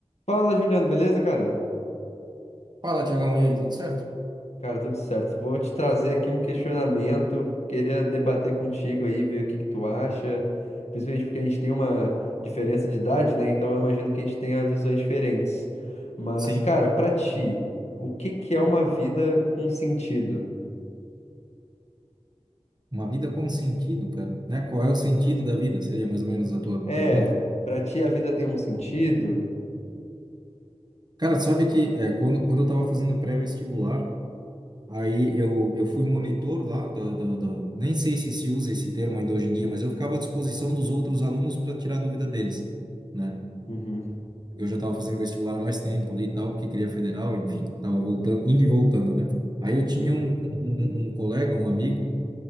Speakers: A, on the left; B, on the right.
A: Fala, Juliano, beleza, cara?
B: Fala, Tiagão, e aí, tudo certo?
A: Cara, tudo certo. Vou te trazer aqui um questionamento. Queria debater contigo aí, ver o que que tu acha. Principalmente porque a gente tem uma diferença de idade, né? Então eu imagino que a gente tenha visões diferentes. Mas,
B: Sim,
A: cara, pra ti, o que que é uma vida com sentido?
B: uma vida com sentido, cara, né? Qual é o sentido da vida? Seria mais ou menos a tua
A: É,
B: pergunta.
A: pra ti a vida tem um sentido?
B: Cara, tu sabe que é, quando, quando eu tava fazendo pré-vestibular, aí eu, eu fui monitor lá, da, da, da- nem sei se se usa esse termo ainda hoje em dia, mas eu ficava à disposição dos outros alunos para tirar dúvida deles, né?
A: Uhum,
B: Eu já tava fazendo vestibular há mais tempo ali e tal, porque queria federal, enfim, tava voltando, indo e voltando, né? Aí eu tinha
A: uhum,
B: um, um, um colega, um amigo,